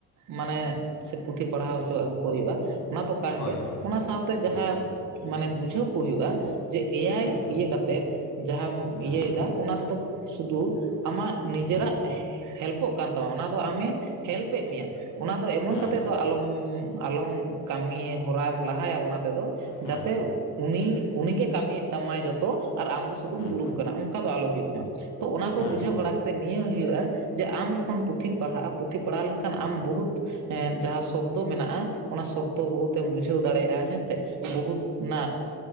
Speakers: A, on the right; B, on the left.
A: ᱢᱟᱱᱮ ᱥᱮ ᱯᱩᱛᱷᱤ ᱯᱟᱲᱦᱟᱣ ᱦᱚᱪᱚ ᱟᱹᱜᱩ ᱠᱚ ᱦᱩᱭᱩᱜᱼᱟ, ᱚᱱᱟ ᱫᱚ ᱠᱟᱱ
B: ᱦᱳᱭ
A: ᱜᱮ
B: ᱦᱳᱭ
A: ᱚᱱᱟ ᱥᱟᱶᱛᱮ ᱡᱟᱦᱟᱸ
B: ᱦᱩᱸ
A: ᱢᱟᱱᱮ ᱵᱩᱡᱷᱟᱹᱣ ᱠᱚ ᱦᱩᱭᱩᱜᱼᱟ, ᱡᱮ ᱮᱭᱟᱭ
B: ᱦᱩᱸ
A: ᱤᱭᱟ ᱠᱟᱛᱮᱫ, ᱡᱟᱦᱟᱸᱢ ᱤᱭᱟᱭ
B: ᱦᱩᱸ
A: ᱫᱟ, ᱚᱱᱟ ᱛᱮᱫᱚ ᱥᱩᱫᱩᱨ ᱟᱢᱟᱜ ᱱᱤᱡᱮᱨᱟᱜ ᱦᱮᱞᱯᱚᱜ ᱠᱟᱱ ᱛᱟᱢᱟ ᱚᱱᱟ ᱫᱚ ᱟᱢᱮ ᱦᱮᱞᱯᱮᱜ ᱢᱮᱭᱟ, ᱚᱱᱟ ᱫᱚ ᱮᱢᱚᱱ
B: ᱦᱩᱸ
A: ᱠᱟᱛᱮᱫ ᱫᱚ ᱟᱞᱚᱢ ᱟᱞᱚᱢ ᱠᱟᱹᱢᱤ ᱦᱚᱨᱟᱢᱟᱢ ᱞᱟᱦᱟᱭᱟ ᱚᱱᱟ ᱛᱮᱫᱚ, ᱡᱟᱛᱮ
B: ᱦᱩᱸ
A: ᱩᱱᱤ ᱩᱱᱤᱜᱮ ᱠᱟᱹᱢᱤᱭᱮᱫ ᱛᱟᱢᱟᱭ ᱡᱚᱛᱚ, ᱟᱨ ᱟᱢ ᱫᱚ ᱥᱩᱫᱩᱢ
B: ᱦᱩᱸ ᱦᱩᱸ
A: ᱫᱩᱲᱩᱵ ᱟᱠᱟᱱᱟ, ᱚᱱᱠᱟ ᱫᱚ ᱟᱞᱚ ᱦᱩᱭᱩᱜ ᱢᱟ ᱾ ᱛᱚ ᱚᱱᱟ ᱠᱚ
B: ᱦᱩᱸ
A: ᱵᱩᱡᱷᱟᱹᱣ ᱵᱟᱲᱟ ᱠᱟᱛᱮᱫ ᱱᱤᱭᱟᱹ ᱦᱩᱭᱩᱜᱼᱟ ᱾ ᱡᱮ ᱟᱢ ᱡᱚᱠᱷᱚᱱ ᱯᱩᱛᱷᱤᱢ ᱯᱟᱲᱦᱟᱜᱼᱟ, ᱯᱩᱛᱷᱤ ᱯᱟᱲᱦᱟᱣ ᱞᱮᱱᱠᱷᱟᱱ ᱟᱢ ᱵᱚᱦᱩᱫᱽ ᱮ ᱡᱟᱦᱟᱸ ᱥᱚᱵᱽᱫᱚ ᱢᱮᱱᱟᱜᱼᱟ, ᱚᱱᱟ ᱥᱚᱵᱽᱫᱚ ᱵᱩᱦᱩᱛᱮᱢ ᱵᱩᱡᱷᱟᱹᱣ ᱫᱟᱲᱮᱭᱟᱜᱼᱟ ᱦᱮᱸᱥᱮ? ᱵᱚᱦᱩᱛ ᱚᱱᱟ